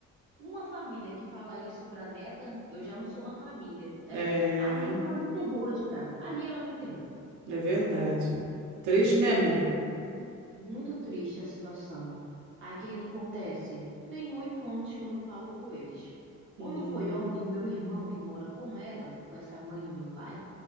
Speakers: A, on the right; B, on the right.
A: uma família que fala isso pra neta, eu já não sou uma família, né?
B: É,
A: Ali ela me enterrou já. Ali ela me enterrou.
B: é verdade. Triste, né, amiga?
A: Daí Muito triste a situação. Aí o que que acontece? Tem oito anos que eu não falo com eles. Quando
B: Hum,
A: foi ontem, o meu irmão, que mora com ela, com essa mãe do meu pai,